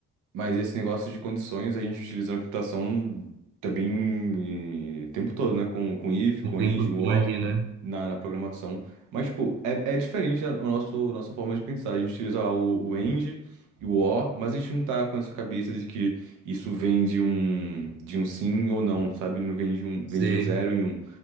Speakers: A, on the right; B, on the right.
A: Mas esse negócio de condições a gente utiliza na computação também eh, o tempo todo, né? Com, com if,
B: O
A: com
B: tempo,
A: end, com
B: imagina.
A: or na, na programação. Mas, tipo, é, é diferente a, a nosso, nossa forma de pensar. A gente utiliza lá o, o end e o or, mas a gente não tá com essa cabeça de que isso vem de um, de um sim ou não, sabe? Não vem de um,
B: você
A: vem de um zero e um.